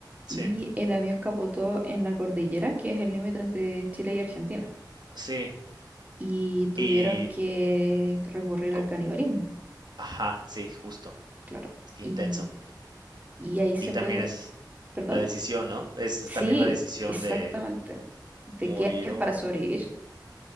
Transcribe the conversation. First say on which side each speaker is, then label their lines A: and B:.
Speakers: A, on the right; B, on the right.
A: Sí,
B: y el avión capotó en la cordillera, que es el límite entre Chile y Argentina.
A: sí.
B: y tuvieron
A: Y...
B: que recurrir al
A: co-
B: canibalismo,
A: Ajá, sí, justo.
B: claro.
A: Intenso.
B: Y, y ahí se
A: Y también
B: puede,
A: es
B: perdón.
A: la decisión, ¿no? Es
B: Sí,
A: también la decisión
B: exactamente.
A: de
B: ¿De
A: morir
B: qué harías para
A: o...
B: sobrevivir?